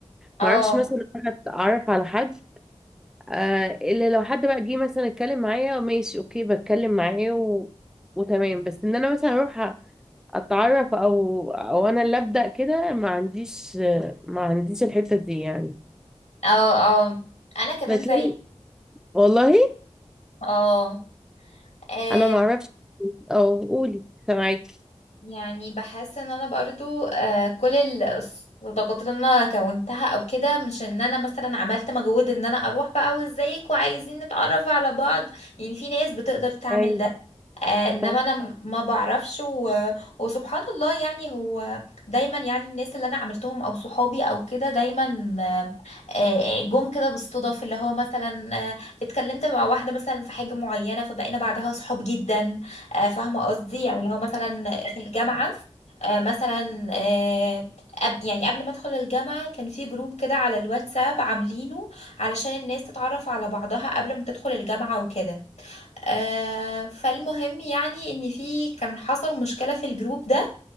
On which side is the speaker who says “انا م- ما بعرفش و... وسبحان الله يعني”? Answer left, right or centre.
Left